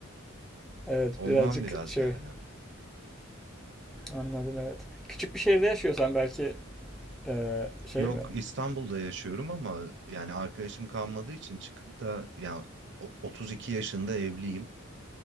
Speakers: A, in the centre; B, on the right.
A: Evet
B: Ondan
A: birazcık
B: biraz
A: şey
B: yani.
A: Anladım evet. Küçük bir şehirde yaşıyorsan belki eee, şey
B: Yok
A: mi?
B: İstanbul'da yaşıyorum ama yani arkadaşım kalmadığı için çıkıp da yani o- 32 yaşında evliyim.